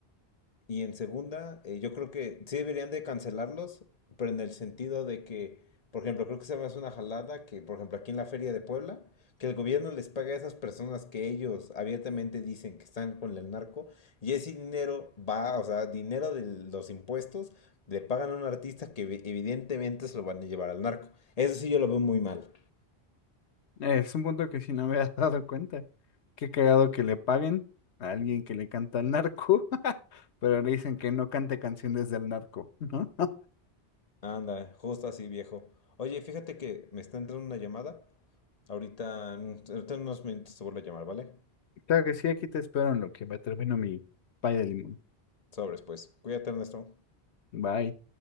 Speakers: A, on the left (about 40°); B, on the left (about 85°).
A: Y en segunda, eh, yo creo que sí deberían de cancelarlos, pero en el sentido de que, por ejemplo, creo que se me hace una jalada que, por ejemplo, aquí en la Feria de Puebla, que el gobierno les paga a esas personas que ellos abiertamente dicen que están con el narco, y ese dinero va, o sea, dinero de los impuestos, le pagan a un artista que evi- evidentemente se lo van a llevar al narco. Eso sí yo lo veo muy mal.
B: Es un punto que sí no me había <laughs> dado cuenta. Qué cagado que le paguen a alguien que le canta al narco, <laughs> pero le dicen que no cante canciones del narco, ¿no?
A: Anda, justo así, viejo. Oye, fíjate que me está entrando una llamada. Ahorita, en- ahorita en unos minutos te vuelvo a llamar, ¿vale?
B: Claro que sí, aquí te espero en lo que me termino mi pay de limón.
A: Sobres, pues. Cuídate, Ernesto.
B: Bye.